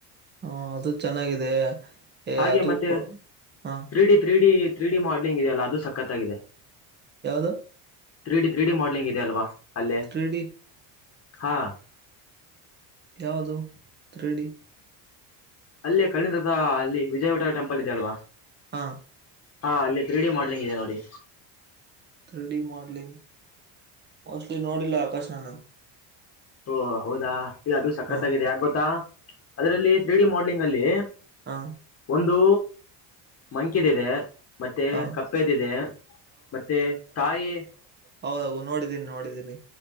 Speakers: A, on the right; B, on the left.
A: ಹ್ಮು ಅದು ಚೆನ್ನಾಗಿದೆ. ಏ
B: ಹಾಗೆ
A: ಅದು
B: ಮತ್ತೆ
A: ಕೂಡ. ಹಾ
B: three D three D three D modelling ಇದೆ ಅಲ್ಲ ಅದು ಸಖತ್ತಾಗಿದೆ.
A: ಯಾವ್ದು?
B: Three D three D modelling ಇದೆಲ್ವಾ ಅಲ್ಲೆ.
A: ತ್ರೀಡಿ
B: ಹಾ
A: ಯಾವುದು ತ್ರಿ ಡಿ?
B: ಅಲ್ಲಿ ಕಲ್ಲಿಂದ ರಥ ಅಲ್ಲಿ ವಿಜಯವಡ ಟೆಂಪಲ್ ಇದೆೆ ಅಲ್ವಾ.
A: ಹಾ
B: ಹಾ ಅಲ್ಲಿ ತ್ರಿ ಡಿ ಮಾಡ್ಲಿಂಗ ಇದೆ ನೋಡಿ.
A: ತ್ರಿ ಡಿ ಮಾಡಲಿಂಗ್ ಮೋಸ್ಟ್ಲಿ ನೋಡಿಲ್ಲ <unintelligible>
B: ಓ ಹೌದಾ ಎ ಅದು ಸಖತ್ತಾಗಿದೆ
A: ಹಾ
B: ಯಾಕ ಗೊತ್ತಾ ಅದರಲ್ಲಿ ತ್ರೀ ಡಿ ಮಾಡಲಿಂಗ್ ಅಲ್ಲಿ.
A: ಹಾ
B: ಒಂದು ಮಂಕಿದ್ ಇದೆ. ಮತ್ತೆ
A: ಹ
B: ಕಪ್ಪೆದಿದೆ ಮತ್ತೆ ತಾಯಿ
A: ಹೌದೌ ನೋಡೀನಿ ನೋಡಿದ್ದೀನಿ.